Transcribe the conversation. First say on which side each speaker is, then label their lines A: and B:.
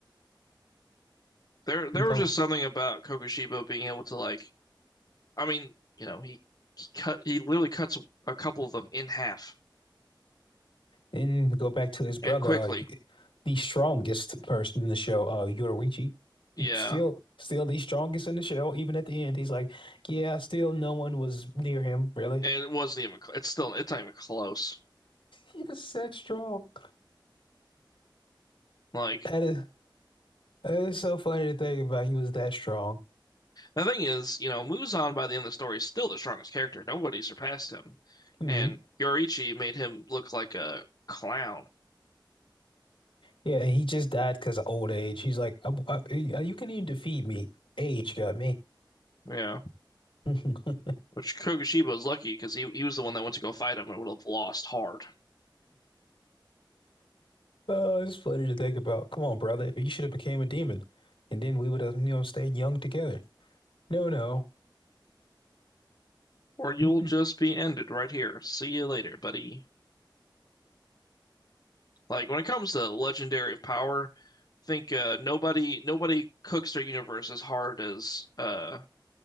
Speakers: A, on the left; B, on the left.
A: There, there was
B: Oh,
A: just something about Kokushibo being able to like. I mean, you know, he, he cut he literally cuts a couple of them in half
B: and go back to his brother,
A: and quickly.
B: uh, y- the strongest person in the show, uh, Yoruichi.
A: Yeah,
B: He- Still, still the strongest in the show. Even at the end, he's like, "Yeah, still no one was near him, really."
A: and it wasn't even. cl- It's still. It's not even close.
B: He was that strong.
A: Like
B: That is, that is so funny to think about. He was that strong.
A: The thing is, you know, Muzan by the end of the story is still the strongest character. Nobody surpassed him.
B: Mm-hmm.
A: And Yoichi made him look like a clown.
B: Yeah, he just died because of old age. He's like, I, I- you can even defeat me. Age got me.
A: Yeah.
B: <laughs>
A: Which Kokushiba was lucky because he, he was the one that went to go fight him and would have lost hard.
B: Oh, it's funny to think about. Come on, brother. You should have became a demon. And then we would have, you know, stayed young together. No, no.
A: Or you'll
B: <laughs> hmm
A: just be ended right here. See you later, buddy. Like when it comes to legendary power, I think uh, nobody nobody cooks their universe as hard as uh,